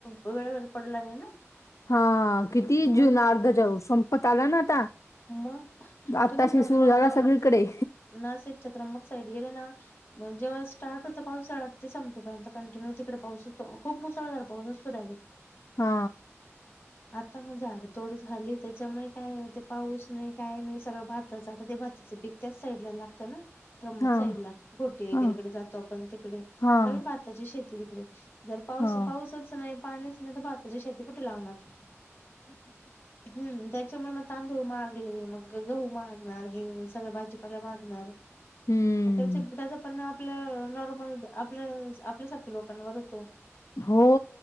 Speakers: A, on the left; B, on the left.
A: वेळ पडला नाही ना
B: हा किती जून
A: मग
B: अर्धाच्या संपत आला ना आता
A: मग
B: आत्ताशी
A: तुम्ही त्र्यंबक
B: सुरू झाला सगळीकडे.
A: नाशिकच्या त्र्यंबक साईड गेले ना जेव्हा स्टार्ट होता पाऊस झाला ते संपेपर्यंत कंटिन्यू तिकडे पाऊसच खूप मुसळधार पाऊस <unintelligible>
B: हा
A: आता मग झाडतोड झाली त्याच्यामुळे काय ते पाऊस काही नाई सगळं भाताच, आता ते भाताचं पीक त्याच साईड लागतं ना. त्र्यंबक
B: हां,
A: साईड ला, घोटी वगैरेकडे
B: हां.
A: जातो आपण तिकडे
B: हां,
A: सगळी भाताची शेती तिकडे. जर पाऊस
B: हां.
A: पाऊसच नाही पाणच नाही तर, भाताची शेती कुठे लावणार? हम्म. त्याच्यामुळे मग तांदूळ महाग <unintelligible> मग ग गहू मागणार, हे सगळं भाजीपाला मागणार.
B: हम्म.
A: म त्यांचे त्याचा परिणाम ल नॉर्मल आपल्या आपल्यासारख्या लोकांवर होतो
B: हो